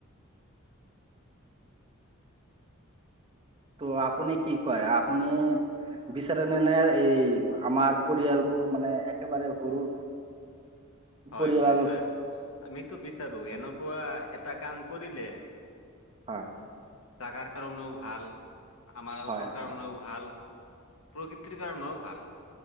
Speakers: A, on the right; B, on the left.
A: ত' আপুনি কি কয়? আপুনি বিচাৰে নে নে পৰিয়ালবোৰ মানে একেবাৰে সৰু
B: হয়
A: পৰিয়াল
B: হয় আহ আমিতো বিচাৰো এনেকুৱা এ এটা কাম কৰিলে
A: হয়
B: তাকাৰ কাৰণেও ভাল। আমাৰোকৰ
A: হয়
B: কাৰণেও
A: হয়
B: ভাল, প্ৰকৃতিৰ কাৰণেও ভাল।